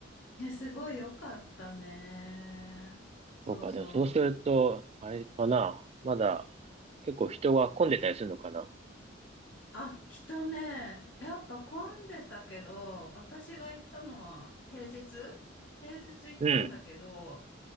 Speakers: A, on the left (about 75°); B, on the right (about 35°).
A: いやすごい良かったね。そうそう。
B: そうか。でもそうすると、あれかな。まだ結構人が混んでたりするのかな。
A: あ、人ね、やっぱ混んでたけど、私が行ったのは平日平日行ったんだけど、
B: うん。